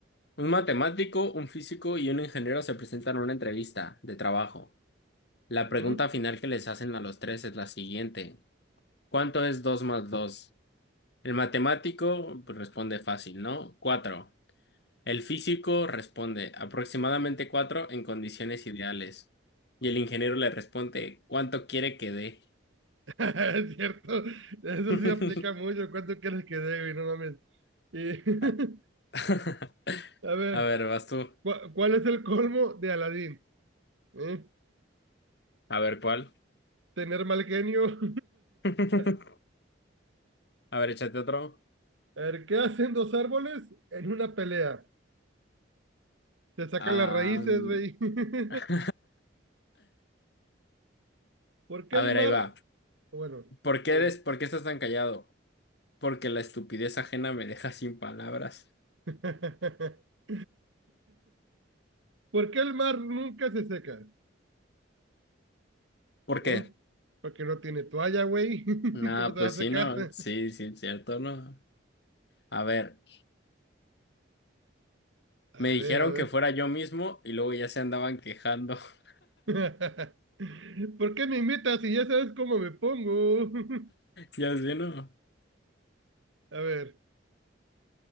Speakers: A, on the left; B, on the right.
A: Un matemático, un físico y un ingeniero se presentan a una entrevista de trabajo. La pregunta
B: Ujú.
A: final que les hacen a los tres es la siguiente. ¿Cuánto es 2 más 2? El matemático pues, responde fácil, ¿no? Cuatro. El físico responde aproximadamente 4 en condiciones ideales. Y el ingeniero le responde, ¿cuánto quiere que dé?
B: <laughs> Es cierto, eso
A: <laughs>
B: sí aplica mucho. ¿Cuánto quieres que debe? No mames. Y, <laughs>
A: A <laughs>
B: a ver,
A: a ver, vas tú.
B: ¿cu- ¿cuál es el colmo de Aladín? ¿Eh?
A: A ver, ¿cuál?
B: Tener mal genio.
A: <laughs>
B: <laughs>
A: A ver, échate otro.
B: A ver, ¿qué hacen dos árboles en una pelea? Se sacan
A: Ah,
B: las raíces,
A: mm.
B: güey. <laughs>
A: <laughs>
B: ¿Por qué
A: A
B: el
A: ver,
B: mar?
A: ahí va.
B: Bueno,
A: ¿Por qué
B: a ver.
A: eres, por qué estás tan callado? Porque la estupidez ajena me deja sin palabras.
B: <laughs> ¿Por qué el mar nunca se seca?
A: ¿Por
B: ¿Eh?
A: qué?
B: Porque no tiene toalla, güey. <laughs>
A: Nada,
B: ¿Cómo te
A: pues
B: va a secar?
A: sí, no, sí,
B: <laughs>
A: sí, cierto, no. A ver,
B: A
A: me dijeron
B: ver, a ver.
A: que fuera yo mismo y luego ya se andaban quejando. <laughs>
B: <laughs> ¿Por qué me imitas si ya sabes cómo me pongo? <laughs>
A: Ya sé, ¿no?
B: A ver.